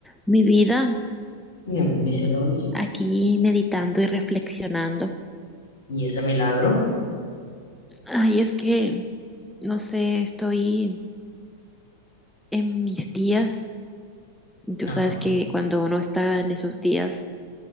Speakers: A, in the centre; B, on the left.
A: Mi vida
B: Y a mí se lo vi.
A: aquí meditando y reflexionando.
B: Y ese milagro,
A: Ay, es que, no sé, estoy en mis días. Tú
B: ajá.
A: sabes que cuando uno está en esos días,